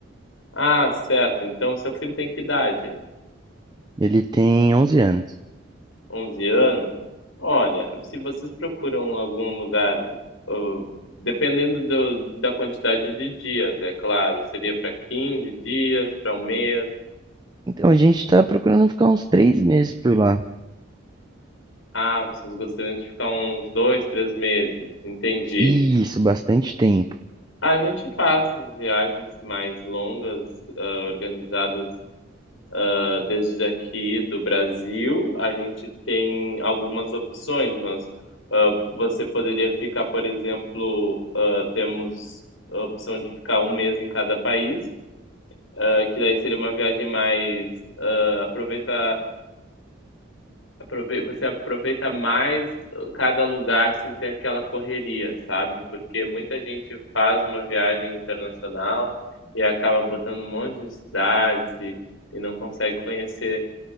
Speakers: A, on the left (about 80°); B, on the right (about 20°).
A: Ah, certo. Então, seu filho tem que idade?
B: Ele tem 11 anos.
A: 11 anos? Olha, se vocês procuram algum lugar, ah, dependendo do- da quantidade de dias, é claro, seria para 15 dias, para um mês.
B: Então, a gente está procurando ficar uns três meses por lá.
A: Ah, vocês gostariam de ficar uns 2, 3 meses, entendi.
B: Isso, bastante tempo.
A: A gente faz as viagens mais longas, hã, organizadas, hã, desde aqui do Brasil. A gente tem algumas opções, nós hã, você poderia ficar, por exemplo, hã, temos a opção de ficar um mês em cada país, hã, que daí seria uma viagem mais hã, aproveita Aprove você aproveita mais uh, cada lugar sem ter aquela correria, sabe, porque muita gente faz uma viagem internacional e acaba botando um monte de cidades e e não consegue conhecer